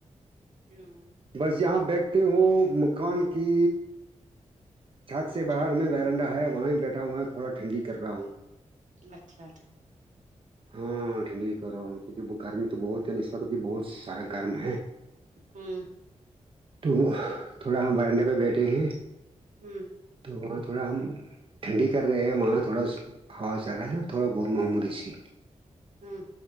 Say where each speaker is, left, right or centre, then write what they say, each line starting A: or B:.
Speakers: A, on the right (about 75°); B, on the right (about 45°).
A: ہاں
B: بس یہاں بیٹھتے ہو مکان کی چھات سے
A: چھت
B: باہر ہم ویرنڈا ہے وہیں بیٹھا ہوا ہے تھوڑا ٹنڈی کر رہا ہوں
A: اچھا اچھاچ
B: ہاں ٹھنڈی کروا کیونکہ گرمی تو بہت ہے اس وقت بھی بہت سارا گرم ہے
A: ہمم
B: تو تھوڑا ہم ورنڑے پہ بیٹھے گے
A: ہمم
B: تو وہاں تھوڑا ہم ٹھنڈی کر رہے ہیں وہاں تھوڑا ہوا چل رہی ہے نا تھوڑا بہت معلومی سی
A: ہمم